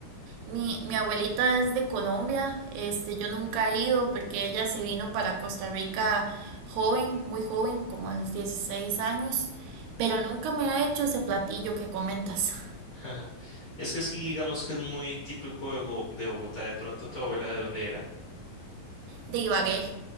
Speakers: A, on the right (about 85°); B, on the left (about 50°).
A: mi, mi abuelita es de Colombia, este, yo nunca he ido porque ella se vino para Costa Rica joven, muy joven, como a los 16 años, pero nunca me ha hecho ese platillo que comentas. <laughs>
B: <laughs> Es que sí, digamos que es muy típico de Bo- de Bogotá. De pronto, ¿tu abuela de dónde era?
A: de Ibagué.